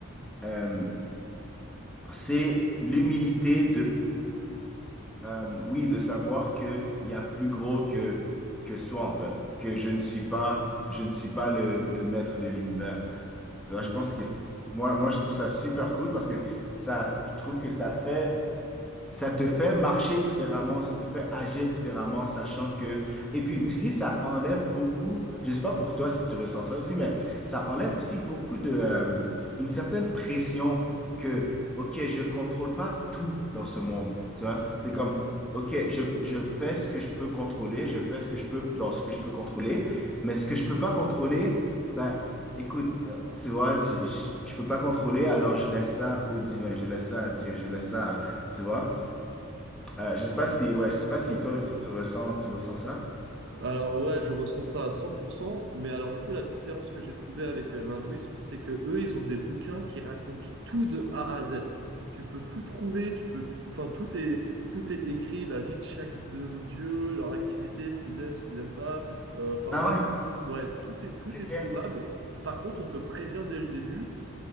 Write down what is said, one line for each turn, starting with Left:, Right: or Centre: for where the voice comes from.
Centre: Euh, c'est l'humilité Euh, oui, de savoir que il y a plus gros que que soi en fait, que je ne suis pas je ne suis pas le, le maître de l'univers. Tu vois,
Right: Hmm.
Centre: je pense que c'est- moi moi je trouve ça super cool parce que ça je trouve que ça fait ça te fait marcher différemment, ça te fait agir différemment, sachant que... Et puis aussi, ça enlève beaucoup, je sais pas pour toi si tu ressens ça aussi, mais ça enlève aussi beaucoup de... euh, une certaine pression que, OK, je contrôle pas tout dans ce monde, tu vois?
Right: Hmm.
Centre: C'est comme, OK, je, je fais ce que je peux contrôler, je fais ce que je peux dans ce que je peux contrôler, mais ce que je peux pas contrôler, ben, écoute, euh, tu vois, je, je, je peux pas contrôler, alors je laisse ça au divin, je laisse ça à Dieu, je laisse ça à... Tu vois? Euh, je sais pas si, ouais, je sais pas si
Right: Bon.
Centre: toi aussi tu ressens, tu ressens ça.
Right: Alors ouais, je ressens ça à 100%, mais alors du coup, la différence que j'ai trouvée avec euh, l'hindouisme, c'est que eux, ils ont des bouquins qui racontent tout de A à Z. Tu peux tout trouver, tu peux, enfin, tout est, tout est écrit, la vie de chaque demi-dieu, leur activité, ce qu'ils aiment, ce qu'ils n'aiment pas. Euh, Enfin,
Centre: Ah
Right: vraiment,
Centre: ouais?
Right: ouais, tout est, tout
Centre: Ok.
Right: est trouvable. Par contre, on te prévient dès le début.